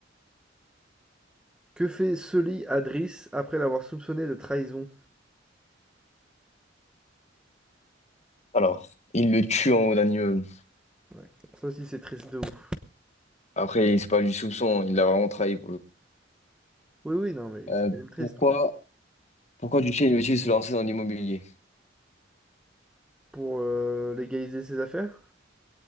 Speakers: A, in the centre; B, on the left.
A: Que fait Sully à Driss après l'avoir soupçonné de trahison?
B: Alors, il le tue en haut d'un immeuble.
A: Ouais, ça aussi c'est triste de ouf.
B: Après, c'est pas du soupçon, il l'a vraiment trahi.
A: Oui, oui, non mais
B: Euh,
A: c'est quand même triste
B: pourquoi,
A: quoi.
B: pourquoi Duché veut-il se lancer dans l'immobilier?
A: Pour euh, légaliser ses affaires?